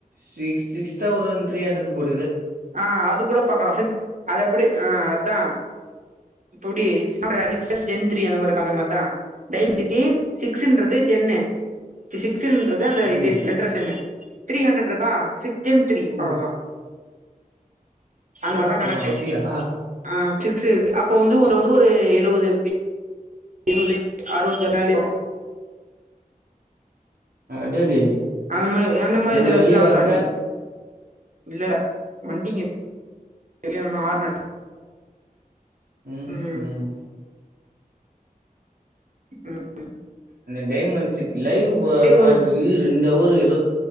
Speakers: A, on the right; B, on the right.
A: சி சிக்ஸ் தௌசண்ட் த்ரீ ஹண்ட்ரட் போ
B: ஆ அது கூட பக்கா சிட் அது எப்டி ஆ அத்தான் ப்டி <unintelligible> ஜன் திரி அந்த மார்தான் டைம் சிட்டி சிக்ஸ்டுறது ஜென்னு பிசிக் ஸ்ன்றதது அந்த
A: ம்
B: இது ஜன்டிரஸனு சன் த்ரீ ஹண்ட்ரட் இருக்கா சிக்ஸ் ஜென்த் திரி
A: ஓ
B: அவ்ளோதா அந்த
A: ஓஹோ
B: மர்தான் கணக்கு
A: அப்டியா
B: ஆ சிக்ஸ் சு ருக் இப்போ வந்து ஒரு வந்து ஒரு எழுவது ஏழாவது இம் பி ஆருவது ஜனாளி
A: அடடே
B: ங்த மாரி அந்த மாதிரி
A: எங்க
B: இதுல
A: வெளியவா
B: வந்து லால்
A: இருக்க
B: ணி இல்லடா வண்டிங்க தெரியணும்னா ஆர்ன் அட்
A: உம்
B: ம்
A: உம்
B: ம்
A: அந்த டைமண்ட்ஸின் லைவ் போ போறதுக்கு
B: ஒரு
A: ரெண்டு ஹவர் ஏதோ